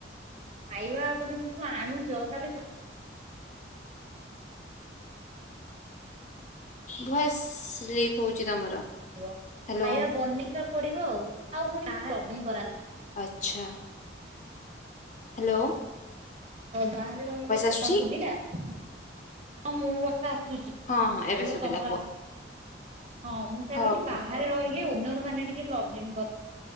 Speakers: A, on the right; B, on the left.
A: ଖାଇବା ତମେ କୋଉଠୁ ଆଣୁଚ ତାହେଲେ ତ
B: ଭଏସ ଲିପ୍ ହଉଛି ତମର।
A: Hello
B: hello.
A: ଖାଇବା ବନି ରୁ ପଡିବ ଆଉ ଆଉ ଫୁଣି ଆ ଡବଲିନ୍ କରାନ୍ତି।
B: ଆଚ୍ଛା ହାଲୋ
A: ବାହାରେ ରହିଲେ ସେ
B: ଆସୁଛି
A: ଶୁଭିଲା ହଁ ମୁଁ ଆସୁଛି
B: ହଁ ହଁ ଏବେ
A: ଯଉ
B: ଶୁଭିଲା
A: ତମର
B: କୁହ।
A: ଆସ ହଁ ମୁଁ ସେଇଆ
B: ହଁ
A: କହିଲି
B: କୁ
A: ବାହାରେ ରହିଲେ ଓନର୍ ମାନେ ଟିକେ ଟିକେ ପ୍ରୋବ୍ଲେମ୍ କ